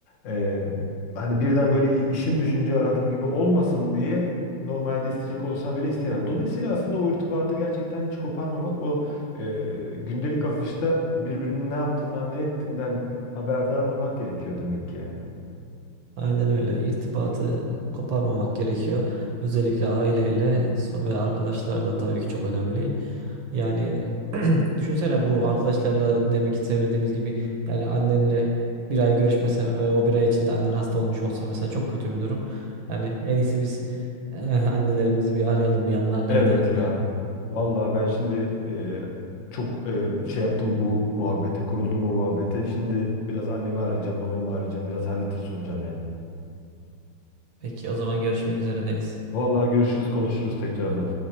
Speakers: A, on the left; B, on the right.
A: e, hani birden böyle i- işim düşünce aradım gibi olmasın diye normalde isteyecek olsam bile isteyemem. Dolayısıyla aslında o irtibatı gerçekten hiç koparmamak o e, gündelik akışta birbirinin ne yaptığından ne ettiğinden haberdar olmak gerekiyor demek ki yani.
B: Aynen öyle. İrtibatı koparmamak gerekiyor. Özellikle aileyle so- ve arkadaşlar da tabii ki çok önemli. Yani düşünsene bu arkadaşlarla demek ki söylediğimiz gibi yani annenle bir ay görüşmesen ve o bir ay içinde annen hasta olmuş olsa mesela çok kötü bir durum. Yani en iyisi biz eh, annelerimizi bir arayalım, bir yanlarına
A: Evet
B: gidelim.
A: ya. Vallahi ben şimdi e, çok e, şey yaptım bu muhabbete, kuruldum bu muhabbete. Şimdi biraz annemi arayacağım, babamı arayacağım, biraz hal hatır soracağım ya.
B: Peki o zaman görüşmek üzere Deniz.
A: Vallahi görüşürüz, konuşuruz tekrardan.